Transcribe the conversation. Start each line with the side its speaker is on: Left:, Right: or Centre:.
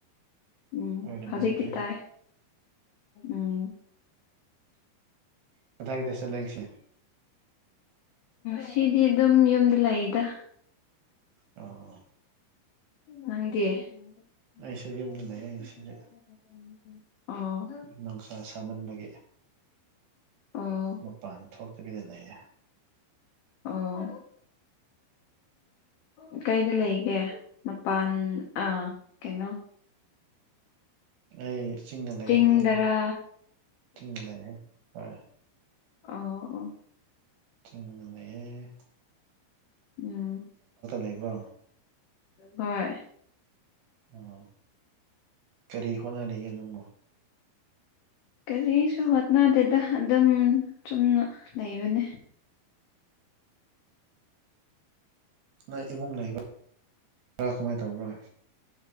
Left: ꯎꯝ
Right: ꯑꯣꯏꯔꯝꯕ
Left: ꯍꯧꯖꯤꯛꯇꯤ
Right: ꯌꯥꯏ
Left: ꯇꯥꯏ ꯎꯝ
Right: ꯀꯗꯥꯏ ꯀꯗꯥꯏ ꯆꯠꯂꯦ ꯉꯁꯤ
Left: ꯁꯤꯗꯤ ꯑꯗꯨꯝ ꯌꯨꯝꯗ ꯂꯩꯏꯗ
Right: ꯑ
Left: ꯅꯪꯒꯤ <unintelligible>
Right: ꯑꯩꯁꯨ ꯌꯨꯝꯗ ꯂꯩꯌꯦ ꯉꯁꯤꯗꯤ
Left: ꯑꯣ꯫
Right: ꯅꯨꯡꯁꯥ ꯁꯥꯃꯟꯕꯒꯤ
Left: ꯑꯣ
Right: ꯃꯄꯥꯟ ꯊꯣꯛꯇꯕꯤꯗ ꯂꯩꯌꯦ꯫
Left: ꯑꯣ <unintelligible> ꯀꯩꯗ ꯂꯩꯒꯦ꯫ ꯃꯄꯥꯟ ꯑꯥ ꯀꯩꯅꯣ꯫
Right: ꯑꯩ ꯆꯤꯡꯗ ꯂꯩꯌꯦꯅꯦ
Left: ꯆꯤꯡꯗꯔꯥ
Right: ꯑꯩꯗꯤ ꯆꯤꯡꯗ ꯂꯩꯌꯦ ꯍꯣꯏ꯫
Left: ꯑ
Right: ꯀꯪ ꯃꯌꯦ
Left: ꯎꯝ
Right: ꯂꯩꯕ꯭ꯔꯣ
Left: ꯍꯣꯏ
Right: ꯑꯣ ꯀꯔꯤ ꯍꯣꯠꯅꯔꯤꯒꯦ ꯅꯪꯕꯨꯣ
Left: ꯀꯔꯤꯁꯨ ꯍꯣꯠꯅꯗꯦꯗ ꯑꯗꯨꯝ ꯆꯨꯝꯅ ꯂꯩꯕꯅꯤ
Right: ꯅꯪ ꯏꯃꯨꯡ ꯂꯩꯕ꯭ꯔ ꯀꯃꯥꯏꯅ ꯇꯧꯕ꯭ꯔꯥ